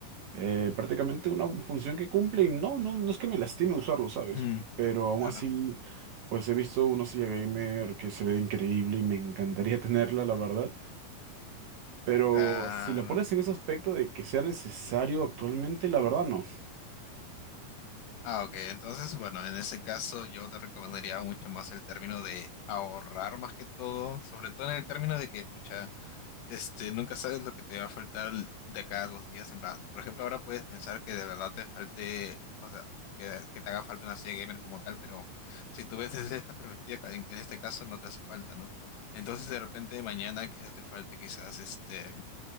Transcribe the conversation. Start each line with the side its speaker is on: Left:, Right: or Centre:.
Right: eh, prácticamente una función que cumple y no, no, no es que me lastime usarlo, ¿sabes?
Left: Mm,
Right: Pero aún
Left: claro,
Right: así, pues he visto una silla gamer que se ve increíble y me encantaría <laughs> tenerla, la verdad. Pero
Left: claro.
Right: si la pones en ese aspecto de que sea necesario actualmente, la verdad no.
Left: Ah, ok. Entonces, bueno, en ese caso yo te recomendaría mucho más el término de ahorrar más que todo, sobre todo en el término de que, pucha, este, nunca sabes lo que te va a faltar el- de cada dos días. En plan, por ejemplo, ahora puedes pensar que de verdad te falte, o sea, que, que te haga falta una silla gamer como tal, pero si tú ves desde esta perspectiva, que en, en este caso no te hace falta, ¿no? Entonces, de repente mañana quizás te falte, quizás, este